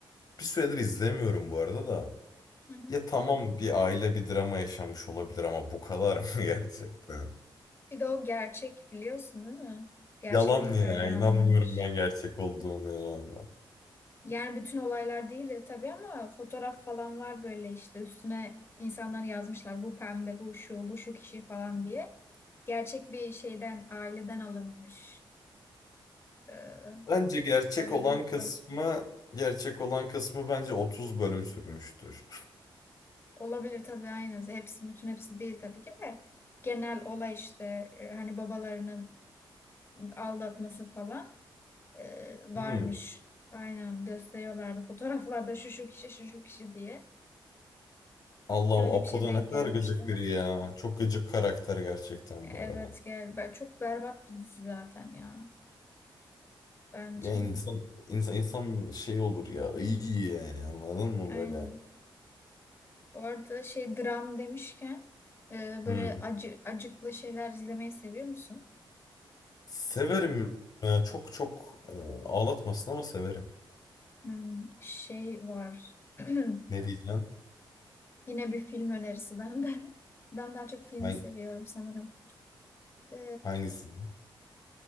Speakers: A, on the left (about 50°); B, on the left (about 30°).
A: bir süredir izlemiyorum bu arada da.
B: <laughs> Hı hı.
A: Ya tamam bir aile bir drama yaşamış olabilir ama bu kadar mı <laughs> gerçekten?
B: Bir de o gerçek biliyorsun değil mi? Gerçek
A: Yalan
B: bir hikayeden
A: ya
B: alınmış.
A: inanmıyorum ben gerçek olduğunu ya.
B: Yani bütün olaylar değildir tabii ama fotoğraf falan var böyle işte üstüne insanlar yazmışlar bu pembe, bu şu, bu şu kişi falan diye. Gerçek bir şeyden, aileden alınmış. Ee,
A: Bence gerçek
B: öyle
A: olan
B: bir hikaye.
A: kısmı gerçek olan kısmı bence 30 bölüm sürmüştür.
B: Olabilir tabii aynen. Hepsi bütün hepsi değil tabii ki de. Genel olay işte e, hani babalarının aldatması falan e, varmış.
A: Hmm.
B: Aynen gösteriyorlardı fotoğraflarda şu şu kişi şu şu kişi diye.
A: Allah'ım
B: Öyle
A: Apo'da
B: bir şey denk
A: ne kadar
B: gelmişti.
A: gıcık biri ya. Çok gıcık karakter gerçekten
B: Evet
A: bu arada.
B: gel. ben- Çok berbat bir dizi zaten ya. Bence.
A: Ya insan insan insan şey olur ya iyi yani anladın mı
B: Aynen.
A: böyle?
B: Bu arada şey dram demişken e, böyle
A: Hmm.
B: acı acıklı şeyler izlemeyi seviyor musun?
A: Severim ya çok çok e, ağlatmasın ama severim.
B: Hmm, şey var. <clears throat>
A: Ne diyeceksin?
B: Yine bir film önerisi benden. <laughs> Ben daha çok film
A: Ben
B: seviyorum sanırım. Ee,
A: hangisini?